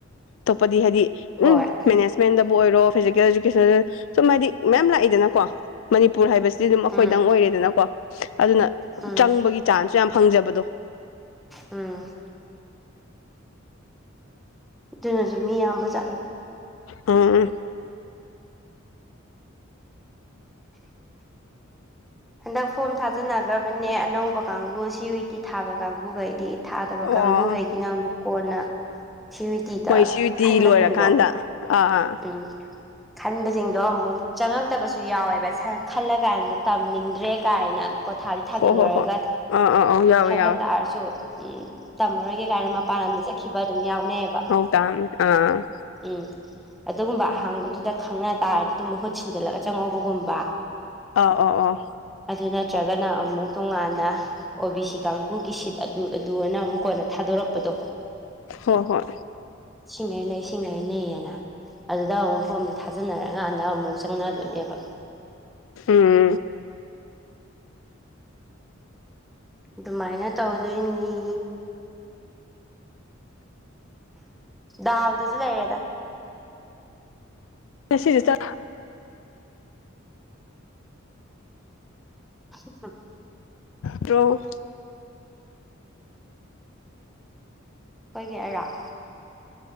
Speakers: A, on the left; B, in the centre.
A: ꯇꯣꯞꯄꯗꯤ ꯍꯥꯏꯗꯤ
B: ꯍꯣꯏ
A: ꯎꯝ ꯃꯦꯅꯦꯖꯃꯦꯟꯗꯕꯨ ꯑꯣꯏꯔꯣ ꯐꯤꯖꯤꯀꯦꯜ ꯏꯗꯨꯀꯦꯁꯟ ꯁꯨꯝ ꯍꯥꯏꯗꯤ ꯃꯌꯥꯝ ꯂꯥꯛꯏꯗꯅꯀꯣ ꯃꯅꯤꯄꯨꯔ ꯍꯥꯏꯕꯁꯤꯗꯤ ꯑꯗꯨꯝ
B: ꯎꯝ
A: ꯑꯩꯈꯣꯏꯗꯪ ꯑꯣꯏꯔꯦꯗꯅꯀꯣ ꯑꯗꯨꯅ
B: ꯎꯝ
A: ꯆꯪꯕꯒꯤ ꯆꯥꯟꯁꯁꯨ ꯌꯥꯝ ꯐꯪꯖꯕꯗꯣ
B: ꯎꯝ ꯑꯗꯨꯅꯁꯨ ꯃꯤ ꯌꯥꯝꯕꯖꯥꯠ
A: ꯑꯥ
B: ꯍꯟꯗꯛ ꯐꯣꯝ ꯊꯥ ꯐꯖꯅꯈ꯭ꯔꯕꯅꯦ ꯑꯅꯧꯕ ꯀꯥꯡꯕꯨ ꯁꯤ ꯋꯤ ꯇꯤ ꯊꯥꯕ ꯀꯥꯡꯕꯨꯈꯩꯗꯤ ꯊꯥꯗꯕ
A: ꯑꯣ
B: ꯀꯥꯡꯕꯨꯈꯩꯒꯤꯅ ꯑꯃꯨꯛ ꯀꯣꯟꯅ ꯁꯤꯋꯤꯇꯤꯗ
A: ꯍꯣꯏ ꯁꯤꯗꯤ
B: ꯈꯟꯕꯁꯤꯡꯗꯣ
A: ꯂꯣꯏꯔꯀꯥꯟꯗ ꯑꯥ
B: ꯎꯝ ꯈꯟꯕꯁꯤꯡꯗꯣ ꯑꯃꯨꯛ ꯆꯪꯉꯛꯇꯕꯁꯨ ꯌꯥꯎꯋꯦꯕ ꯈꯜꯂ ꯀꯥꯟꯗ ꯇꯝꯅꯤꯡ ꯇꯥꯝꯅꯤꯗꯔꯦ ꯀꯥꯏꯅ ꯀꯣꯊꯥꯗꯤ
A: ꯍꯣ
B: ꯊꯥꯖꯤꯜꯂꯣꯏꯨꯔꯒ
A: ꯍꯣ ꯍꯣꯏ ꯑꯥ ꯑꯥ ꯑꯥ ꯌꯥꯎꯋꯦ
B: ꯐꯔꯥꯛ
A: ꯌꯥꯎꯋꯦ
B: ꯇꯥꯔꯁꯨ ꯎꯝ ꯇꯝꯃꯔꯣꯏꯒꯦ ꯀꯥꯏꯅ ꯃꯄꯥꯟ ꯂꯝꯗ ꯆꯠꯈꯤꯕ ꯑꯗꯨꯝ ꯌꯥꯎꯅꯩꯑꯌꯦꯕ
A: ꯇ ꯑꯥ
B: ꯎꯝ ꯑꯗꯨꯒꯨꯝꯕ ꯑꯍꯥꯡꯕꯗꯨꯗ ꯈꯪꯅ ꯇꯥꯔꯗꯤ ꯑꯗꯨꯝ ꯃꯍꯨꯠ ꯁꯤꯟꯖꯜꯂꯒ ꯆꯪꯉꯧꯕꯒꯨꯝꯕ
A: ꯑꯥ ꯑꯣ ꯑꯣ
B: ꯑꯗꯨ ꯅꯠꯇ꯭ꯔꯒꯅ ꯑꯃꯨꯛ ꯇꯣꯉꯥꯟꯅ ꯑꯣ ꯕꯤ ꯁꯤ ꯀꯥꯡꯒꯨꯒꯤ ꯁꯤꯠ ꯑꯗꯨ ꯑꯗꯨꯅ ꯑꯃꯨꯛ ꯀꯣꯟꯅ ꯊꯥꯗꯣꯔꯛꯄꯗꯣ
A: ꯍꯣꯏ ꯍꯣꯏ
B: ꯁꯤꯡꯉꯩ ꯂꯩ ꯁꯤꯡꯉꯩ ꯂꯩꯌꯦꯅ ꯑꯗꯨꯗ ꯑꯃꯨꯛ ꯐꯣꯝꯁꯦ ꯊꯥꯖꯅꯔꯀꯥꯟꯗ ꯑꯃꯨꯛ ꯆꯪꯅꯗꯣꯏꯅꯦꯕ
A: ꯎꯝ
B: ꯑꯗꯨꯃꯥꯏꯅ ꯇꯧꯗꯣꯏꯅꯤ ꯗꯥꯎꯗꯖꯨ ꯂꯩꯔꯦꯗ
A: ꯉꯁꯤꯆꯦ ꯆꯥ
B: ꯎ <inaudible> <unintelligible>
A: ꯄ꯭ꯔꯣ
B: ꯑꯩꯈꯣꯏꯒꯤ ꯑꯔꯥꯛ